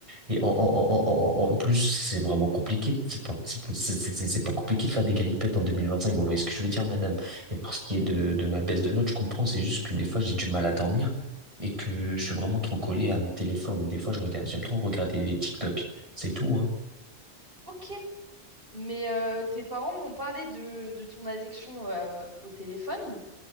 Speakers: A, on the right; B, on the right.
A: Et en, en, en, en, en en plus, c'est vraiment compliqué. C'est pas, c'est pas c'est- c'est- c'est pas compliqué de faire des galipettes en 2025. Vous voyez ce que je veux dire, madame? Et pour ce qui est de, de ma baisse de notes, je comprends. C'est juste que des fois, j'ai du mal à dormir et que je suis vraiment trop collé à mon téléphone. Des fois, je regarde, j'aime trop regarder les TikTok. C'est tout, hein.
B: Ok. Mais euh, tes parents m'ont parlé de, de ton addiction euh, au téléphone,